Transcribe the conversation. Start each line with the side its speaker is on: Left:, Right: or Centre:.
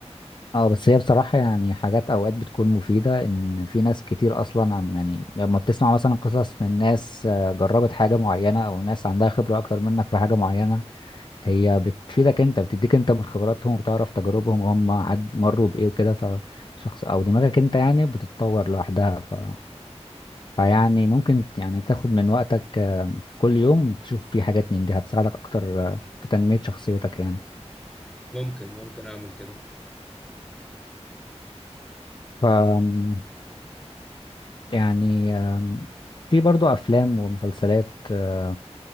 Left: اه بس هي بصراحة يعني حاجات اوقات بتكون مفيدة ان في ناس كتير اصلا عن يعني لما بتسمع مثلا قصص من ناس آه، جربت حاجة معينة او ناس عندها خبرة اكتر منك في حاجة معينة هي بتفيدك انت بتديك انت من خبراتهم وبتعرف تجاربهم وهم عد مروا بايه وكده فشخص او دماغك انت يعني بتتطور لوحدها ف فيعني ممكن ت- يعني تاخد من وقتك آه، في كل يوم تشوف في حاجات من دي هتساعدك اكتر آه، في تنمية شخصيتك
Centre: ممكن ممكن اعمل كده
Left: يعني يعني آم، في برضو أفلام ومسلسلات آه،